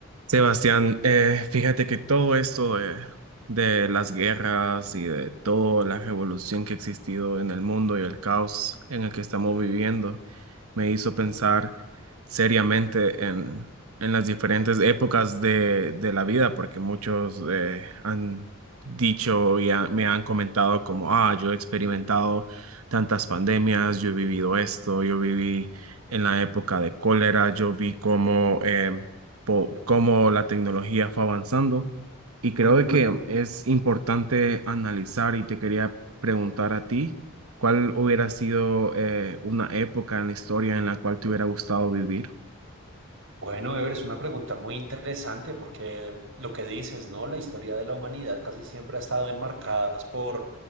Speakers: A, on the right; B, on the right.
A: Sebastián, eh, fíjate que todo esto de, de las guerras y de toda la revolución que ha existido en el mundo y el caos en el que estamos viviendo, me hizo pensar seriamente en, en las diferentes épocas de, de la vida, porque muchos eh, han dicho y ha- me han comentado como, ah, yo he experimentado tantas pandemias, yo he vivido esto, yo viví en la época de cólera, yo vi cómo, eh, po- cómo la tecnología fue avanzando y creo
B: Ujú.
A: que es importante analizar y te quería preguntar a ti. ¿Cuál hubiera sido eh, una época en la historia en la cual te hubiera gustado vivir?
B: Bueno, Ever, es una pregunta muy interesante porque lo que dices, ¿no? La historia de la humanidad casi siempre ha estado enmarcadas por,